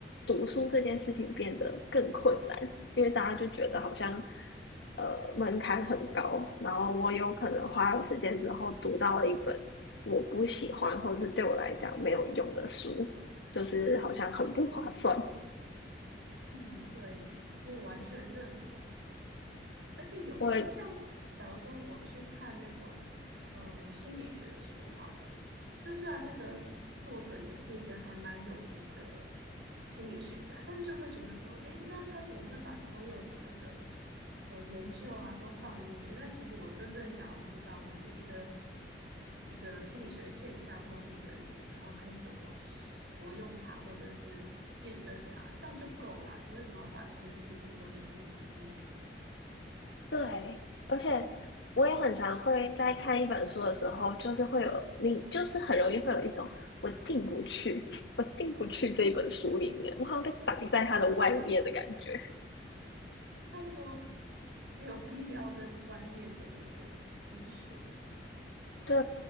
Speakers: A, on the left; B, on the right.
A: 读书这件事情变得更困难，因为大家就觉得好像呃门槛很高，然后我有可能花了时间之后读到了一本我不喜欢或者是对我来讲没有用的书，就是好像很不划算。
B: <laughs> 嗯，对，就完全认同。而且有些像，
A: 我
B: 假如说我去看那种呃心理学的书好了，就虽然那个作者也是一个还蛮有名的心理学家，但就会觉得说，诶，那他怎么会把所有的那个呃研究啊都放进去？但其实我真正想要知道，只是一个一个心理学的现象或是原理，然后可以怎么使活用它，或者是辨认它，这样就够了啊你为什么要把那些数据都全部读进去呢？
A: 对，而且我也很常会在看一本书的时候，就是会有你，就是很容易会有一种我进不去，<laughs> 我进不去这一本书里面，
B: <laughs>
A: 我好像被挡在它的外面的感觉。
B: 太多没有必要跟专业的那个资讯，
A: 对，